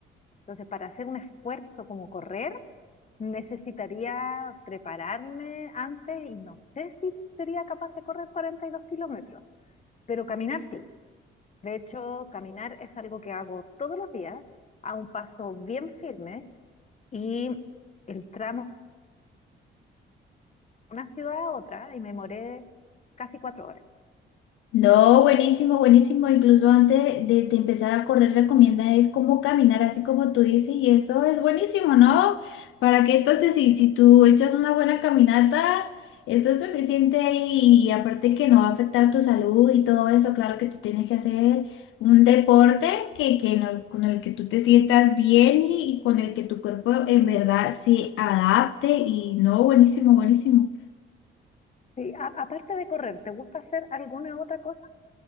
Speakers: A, on the left; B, on the left.
A: Entonces, para hacer un esfuerzo como correr, necesitaría prepararme antes y no sé si sería capaz de correr 42 kilómetros, pero caminar sí. De hecho, caminar es algo que hago todos los días a un paso bien firme y el tramo de una ciudad a otra y me demoré casi cuatro horas.
B: No, buenísimo, buenísimo. Incluso antes de, de empezar a correr, recomienda es como caminar, así como tú dices, y eso es buenísimo, ¿no? Para que entonces, si, si tú echas una buena caminata, eso es suficiente y, y aparte que no va a afectar tu salud y todo eso, claro que tú tienes que hacer un deporte que, que no- con el que tú te sientas bien y, y con el que tu cuerpo en verdad se adapte y no, buenísimo, buenísimo.
A: Sí, a- aparte de correr, ¿te gusta hacer alguna otra cosa